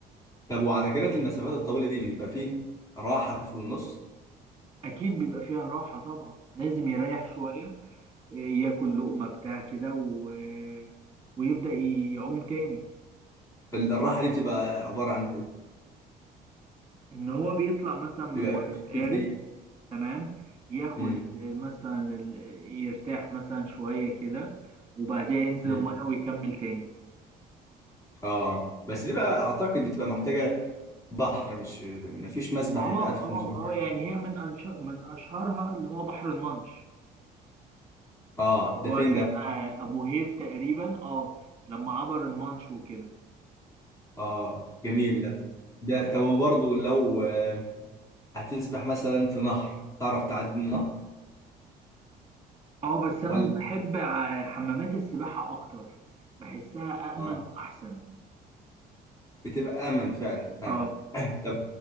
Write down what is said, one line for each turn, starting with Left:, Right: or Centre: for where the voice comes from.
Left: طب وعلى كده المسافات الطويلة دي بيبقى فيه راحة في النص
Right: اكيد بيبقى فيها راحه طبعا لازم يريح شويه ياكل لقمه بتاع كده و... ويبدا يعوم تاني
Left: ال- الراحه دي بتبقى عباره عن
Right: ان هو بيطلع مثلا من
Left: بيبقى
Right: الميه في
Left: في
Right: قارب
Left: زي
Right: تمام ياخد
Left: مم.
Right: آه، مثلا ال- يرتاح مثلا شويه كده وبعدها ينزل
Left: مم.
Right: الميه ويكمل تاني
Left: اه بس دي بقى اعتقد بتبقى محتاجه بحر مش مفيش مسبح
Right: اه
Left: يبقى 1500
Right: اه اه يعني هي من أنش... من اشهرها اللي هو بحر المانش
Left: اه
Right: اللي
Left: ده
Right: هو
Left: فين
Right: كان
Left: ده
Right: آه، ابو هيف تقريبا اه لما عبر المانش وكده
Left: اه جميل ده ده
Right: مم.
Left: طب برضه لو آه، هتسبح مثلا في نهر تعرف تعدي النهر
Right: اه بس انا
Left: ولا
Right: بحب ع- حمامات السباحه اكتر بحسها امن
Left: اه
Right: واحسن
Left: بتبقى امن فعلا امن
Right: اه
Left: <clears throat> طب